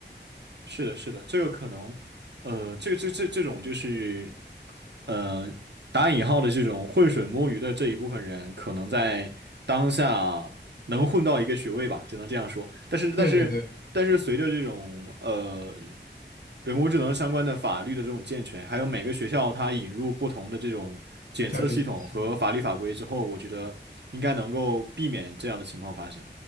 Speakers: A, on the right; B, on the left.
A: 是的，是的，这个可能，呃，这个这这这种就是，呃，打引号的这种浑水摸鱼的这一部分人，可能在当下能混到一个学位吧，只能这样说。但是，但是，
B: 对对对，
A: 但是，随着这种呃人工智能相关的法律的这种健全，还有每个学校它引入不同的这种检测系统和法律法规之后，
B: 教学体系。
A: 我觉得应该能够避免这样的情况发生。